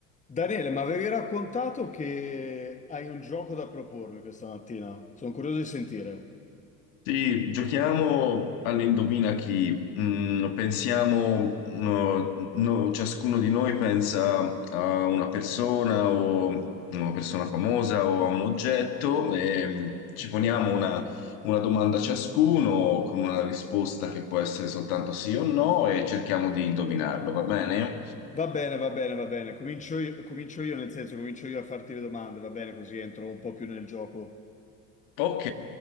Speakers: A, on the left; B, on the left.
A: Daniele, ma avevi raccontato che hai un gioco da propormi questa mattina? Sono curioso di sentire.
B: Sì, giochiamo all'indovina chi. Mm, pensiamo, no, no- ciascuno di noi pensa a una persona o una persona famosa o a un oggetto e mm, ci
A: Ok.
B: poniamo una, una domanda ciascuno con una risposta che può essere soltanto sì o no e cerchiamo di indovinarlo, va bene?
A: Va bene, va bene, va bene. Comincio io, comincio io, nel senso, comincio io a farti le domande, va bene, così entro un po' più nel gioco.
B: Ok,